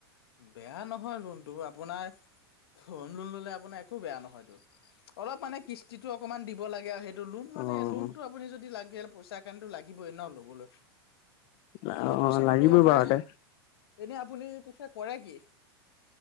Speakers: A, on the left; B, on the left.
A: বেয়া নহয় লোনটো আপোনাৰ হোম লোন ললে আপোনাৰ একো বেয়া নহয়টো অলপ মানে কিস্তিটো অকমান দিব লাগে সেইটো লোন
B: অ',
A: মানে লোনতটো আপুনি যদি লাগে পইচা কাৰণো লাগিবই ন ল'বলৈ। আপুনি
B: অ',
A: সেইটো হিচাপত
B: লাগিবই
A: লব পাৰে।
B: বাৰুতে
A: এনে আপুনি পিছে কৰে কি?